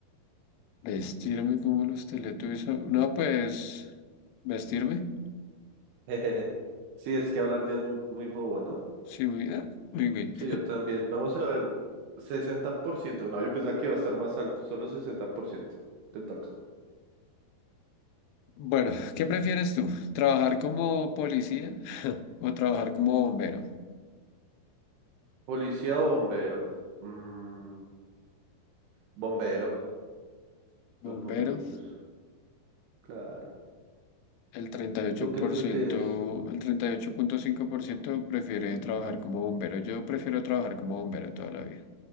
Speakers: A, on the left; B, on the right.
A: Vestirme como los Teletubbies. o- No, pues, vestirme.
B: <laughs> Sí, es que hablar ya es muy, muy bobo, ¿no?
A: Sí, muy, ah, muy bien.
B: Sí, yo también. Vamos a ver, sesenta por ciento No, yo pensaba que iba a estar más alto, solo sesenta por ciento Te toca.
A: Bueno, ¿qué prefieres tú? ¿Trabajar como policía o trabajar como bombero?
B: Policía o bombero. Mm, bombero,
A: Bombero,
B: los bomberitos. Claro.
A: el treinta y ocho
B: ¿Tú qué
A: por
B: prefieres?
A: ciento el treinta y ocho punto cinco por ciento prefiere trabajar como bombero. Yo prefiero trabajar como bombero toda la vida.